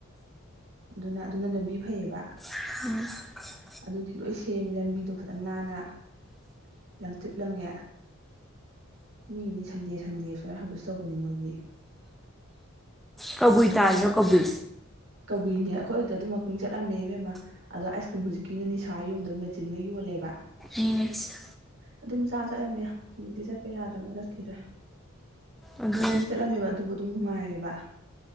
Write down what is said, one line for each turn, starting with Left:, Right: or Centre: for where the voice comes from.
Right: ꯑꯗꯨꯅ ꯑꯗꯨꯅ ꯂꯝꯕꯤ ꯐꯩꯌꯦꯕ
Centre: ꯎꯝ
Right: ꯑꯗꯨꯗꯤ ꯂꯣꯏ ꯁꯦꯝꯃꯤ ꯂꯝꯕꯤꯗꯣ ꯐꯖꯅ ꯅꯥꯟꯅ ꯂꯪꯆꯤꯨꯞ ꯂꯪꯉꯦ ꯃꯤꯒꯤꯗꯤ ꯁꯟꯗꯦ ꯁꯟꯗꯦ ꯁꯨꯃꯥꯏꯅ ꯍꯥꯏꯚꯤꯁꯁ ꯇꯧꯕꯅꯤ ꯃꯣꯏꯗꯤ
Centre: ꯀꯕꯨꯏ
Right: ꯑꯗꯨꯅ
Centre: ꯇꯥꯔꯤꯔꯣ ꯀꯕꯨꯏ
Right: ꯇꯧꯕꯤꯅꯦ ꯑꯩꯈꯣꯏꯗ ꯑꯗꯨꯝꯃꯛ ꯏꯤꯡ ꯆꯠꯂꯝꯃꯦ ꯏꯕꯦꯝꯃ ꯑꯗꯣ ꯑꯥꯏꯁ ꯀ꯭ꯔꯤꯝ ꯍꯧꯖꯤꯛꯀꯤꯅ ꯅꯤ ꯁꯥꯔ ꯌꯣꯟꯕꯗꯣ ꯃꯦꯆꯤꯟꯅ ꯌꯣꯜꯂꯦꯕ
Centre: ꯏꯪꯂꯤꯁ
Right: ꯑꯗꯨꯝ ꯆꯥ ꯆꯠꯂꯝꯝꯃꯦ ꯑꯗꯨ ꯇꯨꯏꯁꯟ ꯆꯠꯄ ꯌꯥꯗ꯭ꯔꯕꯅ ꯆꯠꯈꯤꯗ꯭ꯔꯦ
Centre: ꯑꯗꯨ
Right: ꯋꯥꯛꯀꯤꯡ ꯆꯠꯂꯝꯃꯦꯕ ꯑꯗꯨꯕꯨ ꯑꯗꯨꯝ ꯅꯨꯡꯉꯥꯏꯌꯦꯕ ꯕꯥ